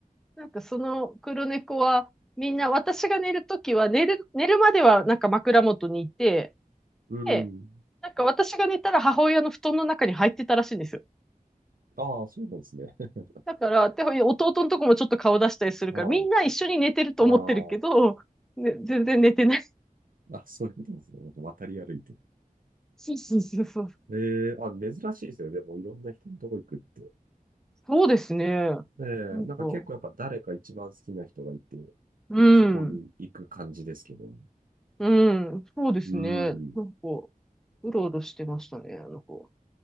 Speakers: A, in the centre; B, on the right.
A: なんかその黒猫は、みんな私が寝るときは寝る、寝るまではなんか枕元にいて、
B: うん。
A: で、なんか私が寝たら母親の布団の中に入ってたらしいんですよ。
B: ああ、そうなんですね。<laughs>
A: だから、で弟のとこもちょっと顔出したりするから、
B: あ
A: みんな一緒に寝てると思ってるけど、
B: あ、あ
A: ね、全然寝てない。
B: あ、あ、そういうことですね。渡り歩いて。
A: <laughs> そうそうそうそう。
B: ええあ、珍しいですよね。でも、いろんな人のとこ行くって。
A: そうですね。
B: ええなんか結構やっぱ誰か一番好きな人がいて、
A: なんか、うん、
B: そこに行く感じですけどね。
A: うん、そうですね。
B: うん。
A: なんか、うろうろしてましたね、あの子。